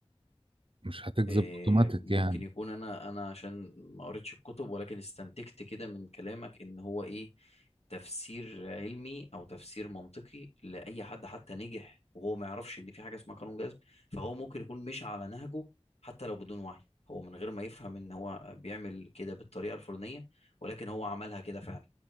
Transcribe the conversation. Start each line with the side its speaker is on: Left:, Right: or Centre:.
Right: مش هتجذب
Left: إيه،
Right: اوتوماتيك
Left: ممكن
Right: يعني
Left: يكون انا انا عشان ما قريتش الكتب ولكن استنتجت كده من كلامك ان هو ايه تفسير علمي او تفسير منطقي لاي حد حتى نجح وهو ما يعرفش ان في حاجه اسمها قانون جذب فهو ممكن يكون مش على نهجه حتى لو بدون وعي هو من غير ما يفهم ان هو بيعمل كده بالطريقه الفلانيه ولكن هو عملها كده فعلا